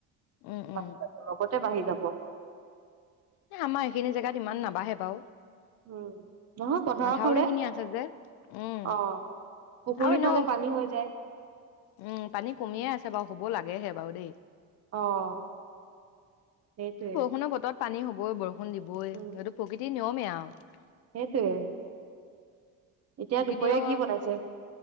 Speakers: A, on the left; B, on the right.
A: উম, উম,
B: <unintelligible> বাঢ়ি যাব।
A: এ আমাৰ এইখিনি জেগাত ইমান নাবাঢ়ে বাৰু।
B: উম। নহয় পথাৰৰ
A: মাথাউৰি
B: ফালে,
A: খিনি আছে যে, উম,
B: অঁ। পুখুৰীৰ
A: আৰু এনেও
B: ফালে পানী হৈ যায়।
A: উম পানী কমিয়ে আছে। <unintelligible> বাৰু হব লাগে হে বাৰু দেই।
B: অঁ, সেইটোৱে।
A: বৰষুণৰ বতৰত পানী হবয়ে বৰু । বৰষণ দিবয়ে এইটো
B: উম
A: প্ৰকৃতিৰ নিয়মে আও। অহ।
B: সেইটোৱে। এতিয়া
A: প্ৰকৃতিয়েও
B: দুপৰীয়া কি বনাইছে?